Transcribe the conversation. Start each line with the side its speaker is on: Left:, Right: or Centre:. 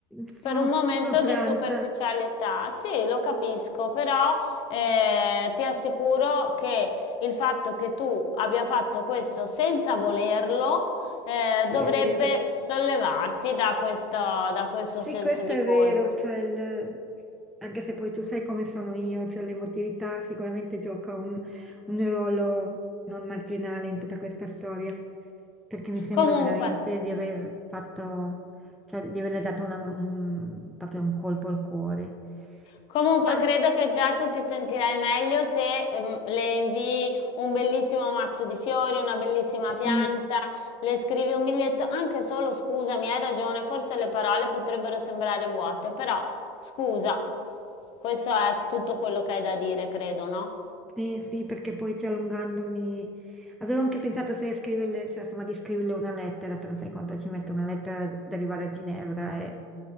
Centre: sono
Left: per un momento
Centre: stata proprio franta.
Left: di superficialità, sì, lo capisco, però eh, ti assicuro che il fatto che tu abbia fatto questo senza volerlo eh,
Centre: Sì,
Left: dovrebbe
Centre: è vero.
Left: sollevarti da questo, da questo
Centre: Sì,
Left: senso
Centre: questo
Left: di
Centre: è
Left: colpa.
Centre: vero. cioè, il- Anche se poi tu sai come sono io, cioè l'emotività sicuramente gioca un, un ruolo non marginale in tutta questa storia, perché mi sembra
Left: Comunque.
Centre: veramente di aver fatto, cioè di averle dato una- un- proprio un colpo al cuore.
Left: Comunque
Centre: Basta,
Left: credo che già tu ti sentirai meglio se ehm, le invii un bellissimo mazzo di fiori, una bellissima
Centre: sì.
Left: pianta, le scrivi un biglietto, anche solo scusami, hai ragione, forse le parole potrebbero sembrare vuote, però scusa, questo è tutto quello che hai da dire, credo, no?
Centre: Sì, sì, perché poi ci allungandomi... Avevo anche pensato se scriverle, cioè, insomma, di scriverle una lettera, però sai quanto ci mette una lettera ad arrivare a Ginevra e,